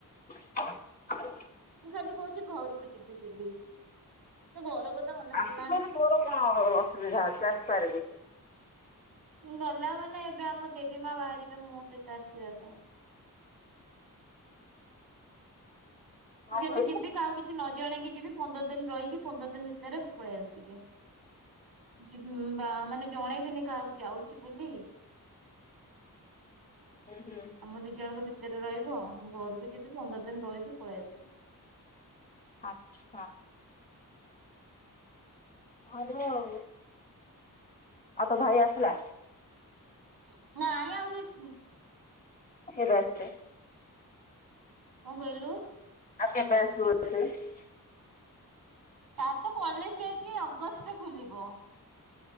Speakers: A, on the left; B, on the right.
A: <inaudible>
B: ମୁଁ ଖାଲି କହୁଛି ଘରକୁ ଯିବି ବୋଲି। ତ ଘର କଥା ମନେ
A: ଆସୁନୁଭାରି
B: ପଡିଲାଣି।
A: ତୋର କଣ ଅସୁବିଧା ଅଛି ଆସିପାରିବୁ।
B: ଗଲା ମାନେ ଏବେ ଆମ ଦେବୀ ମା ବାହାରିବେ ମୋ ସହିତ ଆସିବା ପାଇଁ।
A: କଣ
B: ମୁଁ ଯଦି
A: କହିଲୁ?
B: ଯିବି ଆଉ କିଛି ନ ଜଣେଇକି ଯିବି ପନ୍ଦର ଦିନ ରହିକି ପନ୍ଦର ଦିନ ଭିତରେ ପଳେଇ ଆସିବି ଯିବି ବା ମାନେ ଜଣେଇବିନି କାହାକୁ ଯାଉଛି ବୋଲି।
A: ହୁଁ ହୁଁ।
B: ଆମ ଦି ଜଣଙ୍କ ଭିତ ଭିତରେ ରହିବ ମୁଁ ଘରକୁ ଯିବି ପନ୍ଦର ଦିନ ରହିବି ପଳେଇ ଆସିବି।
A: ଆଚ୍ଛା। ଭଲ ଆଉ। ଆଉ ତୋ ଭାଇ ଆସିଲା?
B: <inaudible> ନାଇଁ ଆହୁରି ଆସି
A: କେବେ ଆସିବେ?
B: କଣ କହିଲୁ?
A: ଆଉ କେବେ ଆସିବ। <unintelligible>
B: ତାର ତ କଲେଜ ଯାଇକି ଅଗଷ୍ଟ ରେ ଖୋଲିବ।